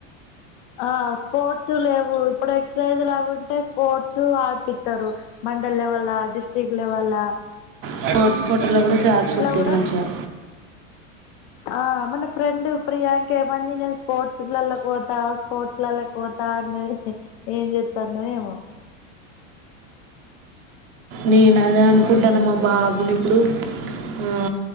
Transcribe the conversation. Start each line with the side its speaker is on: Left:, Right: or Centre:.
Left: ఆ స్పోర్ట్స్ లేవు ఇప్పుడు ఎక్సర్సైజ్ అవ్ ఉంటే స్పోర్ట్స్ ఆడిపిస్తారు మండల్ లెవల్ లా డిస్ట్రిక్ట్ లవల్ లా
Right: స్పోర్ట్స్కోట లో కూడా జాబ్ స్ ఒత్తయ్
Left: కూడా
Right: మంచిగా
Left: ఆ మన ఫ్రెండ్ ప్రియాంక ఏమంది నేను స్పోర్ట్స్లల్లో పోతా స్పోర్ట్స్లలో పోతా అన్నది ఏం చేత్తన్నో ఏమో
Right: నేన అదే అనుకుంటాను మా బాబుని ఇప్పుడు ఆ